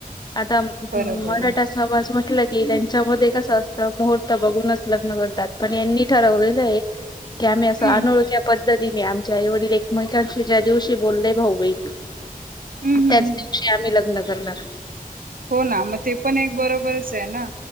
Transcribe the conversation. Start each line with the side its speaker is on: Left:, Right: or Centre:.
Left: आता
Right: बरोबर
Left: मराठा समाज <unintelligible> त्यांच्या मधे कस असतं मुहूर्त बघूनच लग्न करतात, पण यांनी ठरवले नाही. की आम्ही
Right: हम्म
Left: असं अनोळख्या
Right: हम्म
Left: पद्धतीने आमच्या ते आहे वडील एकमेकांशी ज्या दिवशी <unintelligible>
Right: हम्म
Left: त्याच
Right: हम्म हम्म
Left: दिवशी
Right: हम्म.
Left: आम्ही लग्न करणार
Right: हो ना मग ते पण एक बरोबरच आहे. ना